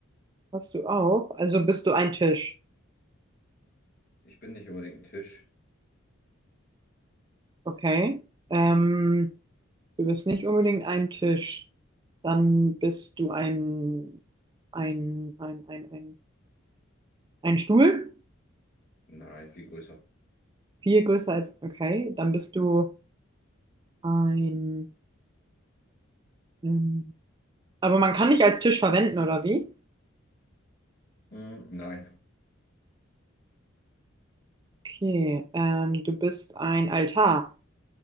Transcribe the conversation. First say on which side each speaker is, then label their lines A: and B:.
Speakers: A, on the right; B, on the left.
A: Hast du auch? Also bist du ein Tisch.
B: Ich bin nicht unbedingt ein Tisch.
A: Okay. Ähm, du bist nicht unbedingt ein Tisch. Dann bist du ein ein ein ein ein, ein Stuhl.
B: Nein, viel größer.
A: Viel größer als okay. Dann bist du ein ähm, aber man kann dich als Tisch verwenden, oder wie?
B: Hm, nein,
A: Okay. Ähm, du bist ein Altar.